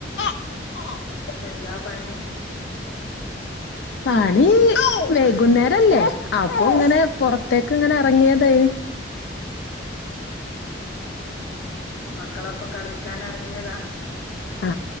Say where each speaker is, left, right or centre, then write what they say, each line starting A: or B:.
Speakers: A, on the left; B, on the left.
A: ഓ
B: എന്താ പണി
A: പണി വൈകുന്നേരം അല്ലേ അപ്പൊ ഇങ്ങനെ പൊറത്തേക്ക് ഇങ്ങനെ എറങ്ങിയതെയിനി
B: മക്കളൊപ്പം കളിക്കാൻ എറങ്ങിയതാ
A: ആ